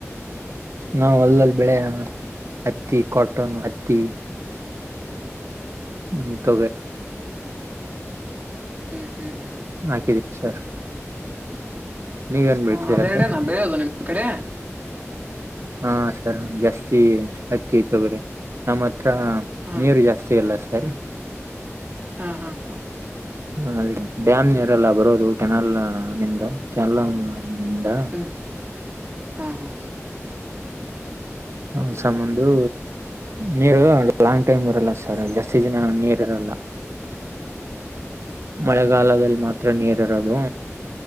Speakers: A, on the right (about 60°); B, on the right (about 35°).
A: ನಾವು ಅಲ್ಲಲ್ಲಿ ಬೆಳೆ ಹತ್ತಿ ಕಾಟನ್ ಹತ್ತಿ ಹ್ಮ್ ತಗ
B: ಹ್ಮ್ ಹ್ಮ್ ಹ್ಮ್
A: ಹಾ ಕಿದ್ದೀ ಸರ್ ನೀವೇನ್
B: ಹ್ಮ
A: ಬೆಳ್ತೀರಾ
B: ಅದೆರಡ
A: ಸರ್
B: ನ ಬೆಳೆಯೋದು ನಿಮ್ ಕಡೆ
A: ಹಾ ಸರ್ ಜಾಸ್ತಿ ಹತ್ತ ತಗ್ರಿ ನಮ್ಮತ್
B: ಹಾ
A: ನೀರು ಜಾಸ್ತಿ ಅಲ್ಲ ಹಾರ
B: ಹಾ ಹಾ ಹಾ
A: ಹ ಅದ ಡ್ಯಾಮ್ ನೀರೆಲ್ಲ ಬರೋದು ಕೆನಾಲ್ ನಿಂದ ಕೆಲ್ಲ ಹ್ಮಂಡಾ
B: ಹ್ಮ್ ಹ್ಮ್ ಹ್ಮ್ ಹ್ಮ್
A: ಹಸಂದು ನೀರು ಲಾಂಗ್ ಟೈಮ್ ಇರಲ್ಲ ಸರ್ ಜಾಸ್ತಿ ಜನ ನೀರ್ ಇರಲ್ಲ ಮಳೆಗಾಲದಲ್ಲಿ ಮಾತ್ರ ನೀರ್ ಇರೋದು